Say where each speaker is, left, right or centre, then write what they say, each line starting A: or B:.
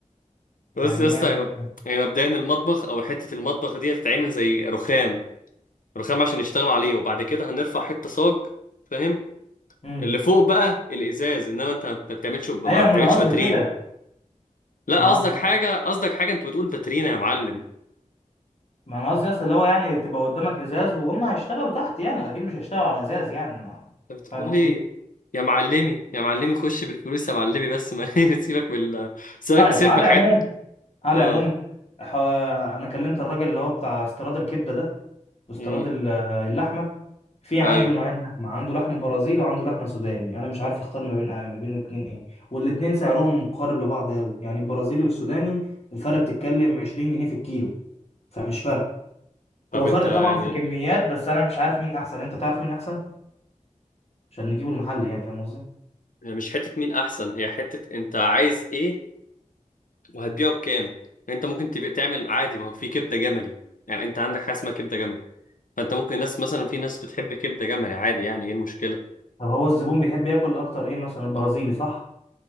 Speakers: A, on the left; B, on the left.
A: بص
B: يعني
A: يا اسطى
B: نعمل
A: هي مب- هي مبدئيا المطبخ او حته المطبخ دي هتتعمل زي رخام رخام عشان يشتغلوا عليه وبعد كده هنرفع حته صاج فاهم
B: امم
A: اللي فوق بقى الازاز انما انت ما بتعملش ما
B: ايوه
A: بتعملش
B: ما انا قصدي
A: باترينا
B: كده
A: لا
B: ما
A: قصدك حاجه قصدك حاجه انت بتقول باترينا يا معلم
B: ما انا قصدي اصل اللي هو يعني تبقى قدامك ازاز وهم هيشتغلوا تحت يعني اكيد مش هيشتغلوا على ازاز يعني ما
A: انت بتقول
B: فاهم قصدي
A: ايه يا معلمي يا معلمي خش بالفلوس يا معلمي بس ما <laughs> سيبك بال سيبك
B: طيب
A: سيبك
B: على
A: من الحاجات
B: العموم على
A: اه
B: العموم ح- انا كلمت الراجل اللي هو بتاع استيراد الكبده ده واستيراد
A: امم
B: ال- اللحمه في عنده
A: ايوه
B: نوعين لحمه عنده لحم برازيلي وعنده لحمه سوداني انا مش عارف اختار ما بين آه، ما بين الاتنين ايه والاتنين سعرهم قارب لبعض قوي يعني البرازيلي والسوداني الفرق بتتكلم 20 جنيه في الكيلو فمش فرق
A: طب
B: هو
A: انت
B: فرق
A: يعني
B: طبعا في كميات بس انا مش عارف مين احسن انت تعرف مين احسن عشان نجيبه المحل يعني فاهم قصدي
A: هي مش حتة مين احسن هي حتة انت عايز ايه وهتبيعه بكام يعني انت ممكن تبيع تعمل عادي ما هو في كبدة جملي يعني انت عندك حاجة اسمها كبدة جملي فانت ممكن ناس مثلا في ناس بتحب كبدة جملي عادي يعني ايه المشكلة
B: طب هو الزبون بيحب ياكل اكتر ايه مثلا البرازيلي صح